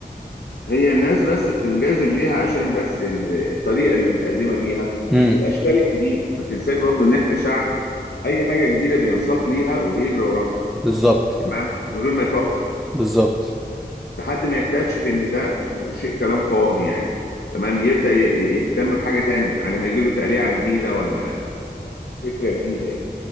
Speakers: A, on the left; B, in the centre.
A: هي الناس بس بتنجذب ليها عشان بس ال- الطريقة اللي متقدمة بيها
B: امم
A: الأشكال الجديدة ما تنساش برضو إن إحنا شعب أي حاجة جديدة بينساق ليها وبيجري وراها
B: بالظبط
A: تمام من غير ما يفكر
B: بالظبط
A: لحد ما يكتشف إن ده شيء كلام فاضي يعني تمام يبدأ ي- يهتم بحاجة تانية على ما يجيله تقليعة جديدة ولا فكرة جديدة يعني